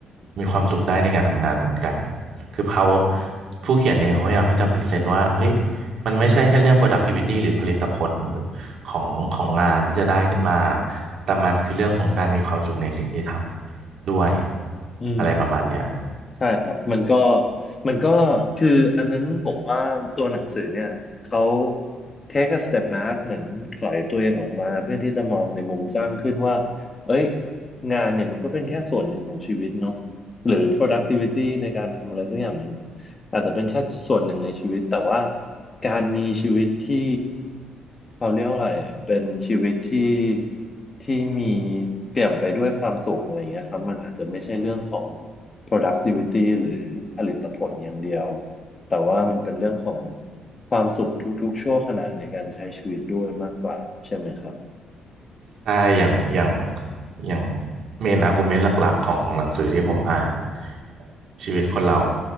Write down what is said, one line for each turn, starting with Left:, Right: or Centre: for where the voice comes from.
Right: มีความสุขได้ในการทำงานเหมือนกันคือเขาผู้เขียนเองเขาพยายามที่จะพรีเซนต์ว่าเฮ้ยมันไม่ใช่แค่เรื่อง productivity หรือผลิตผลหรือของของงานที่จะได้ขึ้นมาแต่มันคือเรื่องของการมีความสุขในสิ่งที่ทำด้วย
Left: อืม
Right: อะไรประมาณเนี้ย
Left: ใช่ครับมันก็มันก็คืออันนั้นผมว่าตัวหนังสือเนี่ยเขา take a step back เหมือนถอยตัวเองออกมาเพื่อที่จะมองในมุมกว้างขึ้นว่าเอ้ยงานเนี่ยมันก็เป็นแค่ส่วนหนึ่งของชีวิตเนาะหรือ productivity ในการทำอะไรสักอย่างมันอาจจะเป็นแค่ส่วนหนึ่งในชีวิตแต่ว่าการมีชีวิตที่เขาเรียกว่าอะไรอ่ะเป็นชีวิตที่ที่มีเปี่ยมไปด้วยความสุขอะไรอย่างเงี้ยครับมันอาจจะไม่ใช่เรื่องของ productivity หรือผลิตผลอย่างเดียว แต่ว่ามันเป็นเรื่องของความสุขทุกๆชั่วขณะในการใช้ชีวิตด้วยมากกว่าใช่ไหมครับ
Right: ใช่อย่างอย่างอย่างเมนอาร์กิวเมนต์หลัก ๆ ของหนังสือที่ผมอ่านชีวิตคนเรา